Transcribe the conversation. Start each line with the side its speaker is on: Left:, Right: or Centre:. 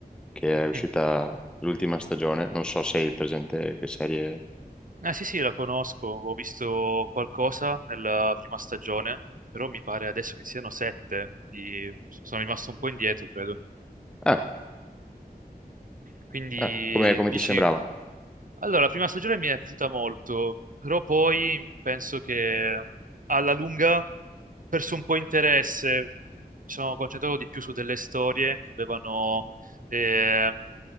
Centre: che è uscita
Right: Mm.
Centre: l'ultima stagione. Non so se hai presente che serie.
Right: Ah sì sì, la conosco, ho visto qualcosa nella prima stagione, però mi pare adesso che siano sette, quindi sono rimasto un po' indietro, credo.
Centre: Eh,
Right: Quindi
Centre: eh, come, come
Right: dici
Centre: ti sembrava?
Right: Allora, la prima stagione mi è piaciuta molto, però poi penso che alla lunga ho perso un po' interesse. Mi sono concentrato di più su delle storie che avevano, eh,